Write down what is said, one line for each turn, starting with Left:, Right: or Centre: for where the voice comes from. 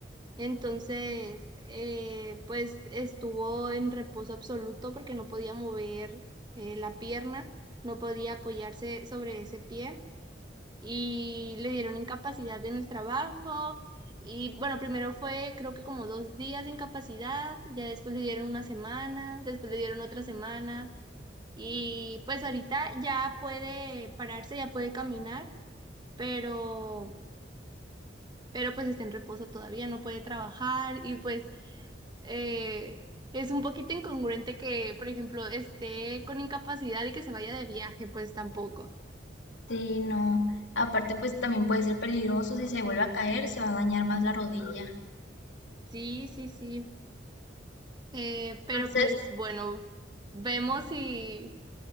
Right: Entonces, eh, pues estuvo en reposo absoluto porque no podía mover eh, la pierna, no podía apoyarse sobre ese pie y le dieron incapacidad en el trabajo. Y bueno, primero fue creo que como dos días de incapacidad, ya después le dieron una semana, después le dieron otra semana y pues ahorita ya puede pararse, ya puede caminar, pero pero pues está en reposo todavía, no puede trabajar y pues eh, es un poquito incongruente que, por ejemplo, esté con incapacidad y que se vaya de viaje, pues tampoco.
Left: Sí, no. Aparte, pues también puede ser peligroso. Si se vuelve a caer, se va a dañar más la rodilla.
Right: Sí, sí, sí. Eh, pero
Left: Entonces,
Right: pues bueno, vemos y